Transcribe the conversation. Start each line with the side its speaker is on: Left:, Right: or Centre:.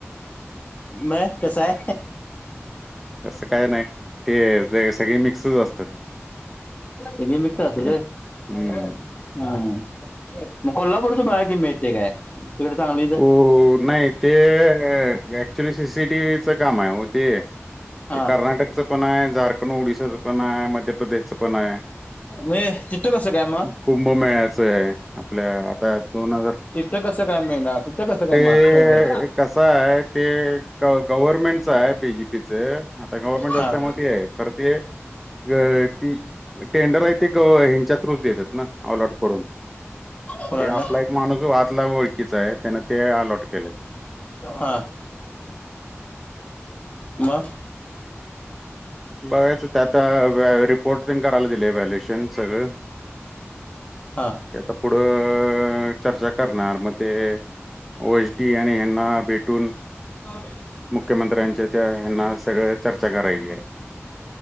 Left: मग कसाय
Centre: असं काय नाही ते सगळे मिक्सच असतात
Left: त मिक्स् अस
Centre: हम्म
Left: दे हम्म मग कोल्हापूरच बघा कि मिळतय काय तिकडे चांगली
Centre: ओ नाही ते ऍक्च्युली सीसीटीव्हीचं काम आहे हो ते ते
Left: हा
Centre: कर्नाटकच पण आहे झारखंड ओडिशाचं पण आहे मध्य प्रदेशच पण आहे
Left: मी तिथं कसं काय मग
Centre: कुंभमेळ्याचं आहे आपल्या आता दोन हजार
Left: तिथं कसं काय मिळणार? तिथं कसं काय
Centre: ते
Left: मग सेंटर
Centre: कसा आहे ते गव्हर्मेंटच आहे बीजेपीच आता गव्हर्नमेंट असल्यामुळे
Left: हा
Centre: ते करतेय ती टेंडर आहे ते हच्या थ्रूच देतात ना अलॉट कडून
Left: कोलाडला
Centre: ते आपला एक माणूस आतला ओळखीचा आहे त्यान ते अलॉट केलंय
Left: हा मग
Centre: बघयचं ते आता रिपोर्ट तेन करायला दिल आहे व्हॅल्युएशन सगळं
Left: हा
Centre: ते आता पुढं चर्चा करणार मग ते ओ एस डी आणि हयांना भेटून
Left: <inaudible>
Centre: मुख्यमंत्र्यांचे त्या हयांना सगळी चर्चा करायची आहे